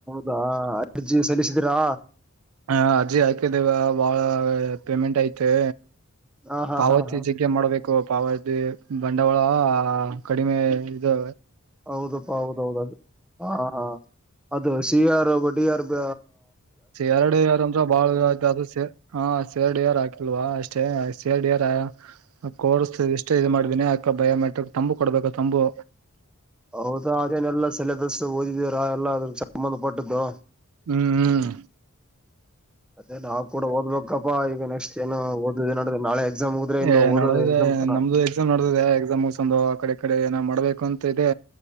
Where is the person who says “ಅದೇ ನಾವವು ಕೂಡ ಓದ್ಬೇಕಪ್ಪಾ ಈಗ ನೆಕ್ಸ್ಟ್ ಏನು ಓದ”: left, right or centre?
Centre